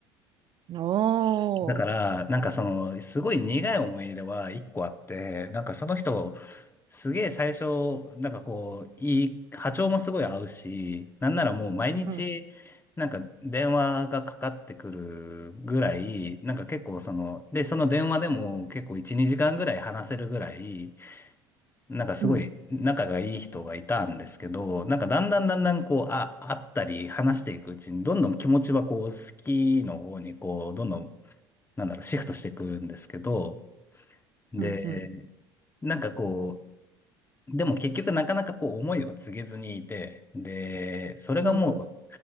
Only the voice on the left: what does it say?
だから、なんかその、すごい苦い思い出は一個あって、なんかその人、すげえ最初、なんかこう、いい、波長もすごい合うし、なんならもう毎日、
なんか電話がかかってくるぐらい、なんか結構その、で、その電話でも結構1、2時間ぐらい話せるぐらい、なんかすごい仲がいい人がいたんですけど、
なんかだんだんだんだんこう、あ、会ったり話していくうちに、どんどん気持ちはこう、好きの方にこう、どんどん、なんだろう、シフトしていくんですけど、で、
なんかこう、でも結局なかなかこう、思いを告げずにいて、で、それがもう、